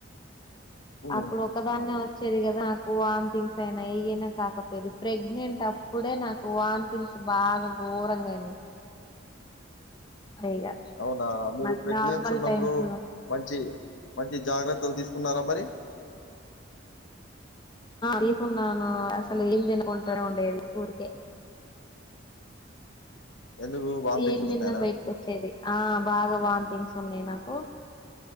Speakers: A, on the left; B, on the left.
A: హ్మ్.
B: అప్పుడు ఒకదాన్నే వచ్చేది గదా వాథింగ్స్ అయినా ఏయయినా, కాకపోయది ప్రెగ్నెంట్ అప్పుడే నాకు వాథింగ్స్ బాగా గు. ఘోరంగానై ఇగ
A: అవునా మీరు
B: నాకు
A: ప్రెగ్నెన్స్
B: నార్మల్
A: ఉన్నప్పుడు
B: టైమ్స్
A: మంచి మంచి జాగ్రత్తలు తీసుకున్నారా మరి
B: తీకున్నాను అసలు ఏం తినుకుంటా ఉండేది ఊరికే
A: ఎందుకు వామిటింగ్స్
B: ఏం
A: వస్తున్నాయనా?
B: తిన్న బయటికి వచ్చేది ఆ బాగా వాంథింగ్స్ న్నాయి నాకు